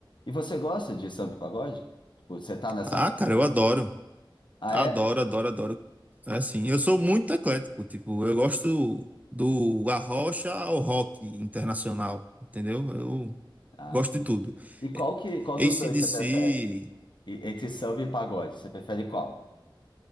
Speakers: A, on the left (about 65°); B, on the right (about 20°).
A: E você gosta de samba e pagode? Tipo, Você tá nessa
B: Ah,
A: febre?
B: cara, eu adoro.
A: Ah,
B: Adoro,
A: é?
B: adoro, adoro. É assim, eu sou muito eclético, tipo, eu gosto do arrocha ao rock internacional, entendeu? Eu
A: Ah,
B: gosto
A: entendi.
B: de tudo.
A: E qual
B: É,
A: que, qual dos
B: AC/DC,
A: dois você prefere? E- entre samba e pagode, você prefere qual?